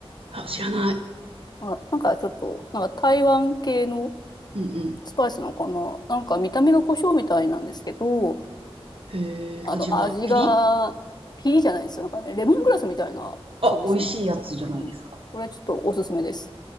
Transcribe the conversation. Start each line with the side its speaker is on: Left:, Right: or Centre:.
Right: あ、知らない。うん
Left: あ、なんかちょっと、なんか台湾系の
Right: うん。
Left: スパイスのこの、なんか見た目が胡椒みたいなんですけど、
Right: へえ、
Left: あの、
Right: 味はピリ
Left: 味がピリじゃないですよ。なんかね、レモングラスみたいな香りする。
Right: あ、美味しいやつじゃないですか。
Left: うん。それちょっとおすすめです。